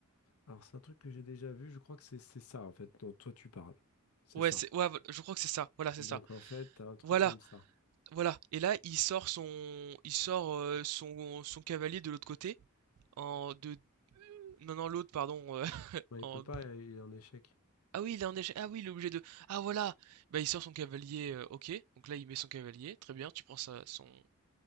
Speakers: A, on the left; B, on the right.
A: Alors, c'est un truc que j'ai déjà vu. Je crois que c'est c'est ça, en fait, dont toi tu parles. C'est
B: Ouais,
A: ça.
B: c'est, ouais, voilà, je crois que c'est ça. Voilà, c'est
A: Et
B: ça.
A: donc, en fait, t'as un truc
B: Voilà,
A: comme ça.
B: Voilà. Et là, il sort son, il sort euh, son, son cavalier de l'autre côté, en de, non non l'autre, pardon, euh, <laughs>
A: Ouais, il
B: en,
A: peut pas, il est en échec.
B: ah oui, il est en échec, ah oui, il est obligé de, ah voilà, bah il sort son cavalier, euh, ok. Donc là, il met son cavalier, très bien. Tu prends ça, son,